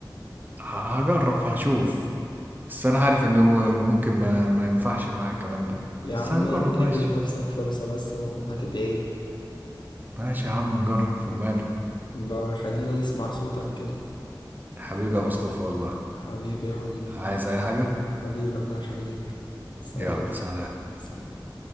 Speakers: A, on the right; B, on the left.
A: ه- هجرب هشوف بس انا عارف ان مو- ممكن ما, ما ينفعش معاك الكلام ده
B: يا عم
A: بس هنجرب
B: ادي
A: ماشي
B: لنفسك فرصة بس وهتدعيلي
A: ماشي يا عم نجرب وماله
B: بقى خلينا نسمع صوتك كده
A: حبيبي يا مصطفى والله
B: حبيبي يا هند
A: عايز اي حاجة
B: حبيبي الله يخليك سلام
A: يلا سلام
B: سلام